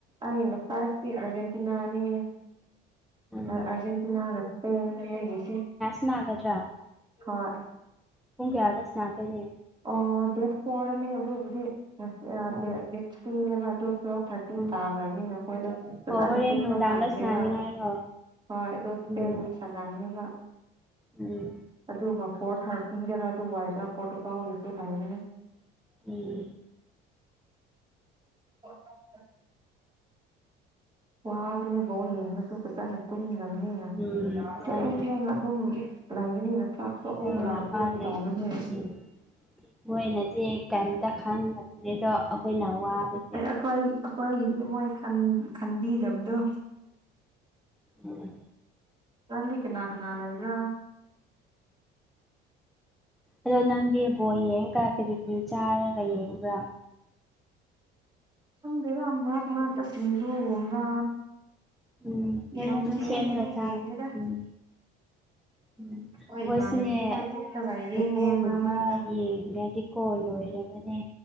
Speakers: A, on the right; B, in the centre.
A: ꯑꯩꯅ ꯐꯔꯁꯤ ꯑꯔꯖꯦꯟꯇꯤꯅꯥꯅꯤ ꯑ
B: ꯎꯝ
A: ꯑꯔꯖꯦꯟꯇꯤꯅꯥ ꯏꯁꯄ‌ꯦꯟꯅ‌ꯦ ꯑꯩꯒꯤꯁꯦ
B: ꯅꯥꯒ꯭ꯔꯥ
A: ꯍꯣꯏ
B: ꯄꯨꯡ ꯀꯌꯥꯗ ꯁꯅꯥ ꯀꯅꯤ
A: ꯑ ꯗꯦꯠ ꯐꯣꯔꯅꯤ ꯑꯗꯨꯕꯨꯗꯤ ꯉꯁꯤ
B: ꯑꯣ
A: ꯗꯦꯠ ꯊ꯭ꯔꯤꯅꯦꯕ ꯑꯣ ꯇꯨꯋꯜꯞ ꯊꯥꯔꯇꯤ
B: ꯎꯝ
A: ꯇꯥꯈ꯭ꯔꯕꯅꯤ ꯅꯈꯣꯏꯗꯣ ꯐꯖꯅ
B: ꯍꯣ ꯍꯣꯔꯦꯟ
A: ꯇꯨꯝꯕ
B: ꯅꯨꯡꯗꯥꯡꯗ
A: ꯐꯪꯗ‌ꯦꯕ
B: ꯁꯅꯥꯅꯤꯡꯉꯥꯏꯔꯣ
A: ꯍꯣꯏ ꯏꯁꯄꯦꯟ
B: ꯎꯝ
A: ꯁꯥꯟꯅꯒꯅ‌ꯦꯕ
B: ꯎꯝ
A: ꯑꯗꯨꯒ ꯐꯣꯔ ꯊꯥꯔꯇꯤꯗꯔ ꯑꯗꯨꯋꯥꯏꯗ ꯄꯣꯔꯇꯨꯒꯥꯜꯒꯤꯁꯨ ꯂꯩꯕꯅꯤ
B: ꯎꯝ
A: ꯑꯣ <unintelligible> ꯋꯥꯕꯅꯦꯕꯣꯜ ꯌꯦꯡꯕꯁꯨ ꯐꯖꯅ ꯇꯨꯝꯅꯕꯅꯤꯅ
B: ꯎꯝ ꯃꯥꯅꯦ
A: ꯊꯦꯡ ꯊꯦꯡꯉ ꯑꯗꯨꯝ ꯂꯩꯕꯅꯤꯅ ꯆ꯭ꯔꯥꯛꯁꯨ ꯑꯃꯨꯛ
B: ꯍꯣꯏ
A: ꯂꯥꯟꯕꯒꯨꯝ
B: ꯃꯥꯅꯦ
A: ꯇꯥꯎꯒꯅꯦ
B: ꯎꯝ ꯃꯣꯏꯅꯗꯤ ꯀꯔꯤꯝꯇ ꯈꯪꯗꯕꯅꯤꯗꯣ ꯑꯩꯈꯣꯏꯅ ꯋꯥꯕꯁꯦ
A: ꯍꯣꯏ ꯑꯩꯏꯒꯤꯗꯤ ꯃꯣꯏ ꯈꯟꯕꯤꯗꯕꯗꯣ
B: ꯎꯝ
A: ꯔꯗꯤ ꯀꯅꯥ ꯀꯅꯥ ꯂꯏꯕ꯭ꯔ
B: ꯑꯗꯣ ꯅꯪꯒꯤ ꯕꯣ ꯌꯦꯡꯒ ꯀꯔꯤ ꯀꯔꯤ ꯆꯥꯔꯒ ꯌꯦꯡꯕ꯭ꯔꯥ
A: ꯈꯪꯗꯦꯗ ꯃ ꯃꯅꯥꯗ ꯁꯤꯁꯤꯡꯔꯨ ꯒꯨꯝꯕ
B: ꯎꯝ ꯅꯣꯏꯅ
A: ꯌꯥꯝ
B: ꯑꯗꯨꯝ
A: ꯊꯦꯡꯉꯗꯤ
B: ꯁꯦꯝꯃꯒ ꯆꯥꯎ
A: ꯌꯦꯡꯗꯦꯔ
B: ꯎꯝ ꯎꯝ ꯑꯩꯈꯣꯏꯁꯤꯅꯦ
A: ꯍꯣꯏ ꯏꯃꯥꯟꯅꯕꯤ ꯈꯣꯏ
B: ꯑꯦ
A: ꯄꯨꯜꯂꯒ ꯌꯦꯡꯉꯦ
B: ꯐꯨꯠꯕꯣꯜꯒꯨꯝꯕ
A: ꯃꯔꯛ ꯃꯔꯛꯇ
B: ꯌꯦꯡꯗꯤ ꯀꯣꯜ ꯂꯣꯏꯔꯕꯅꯦ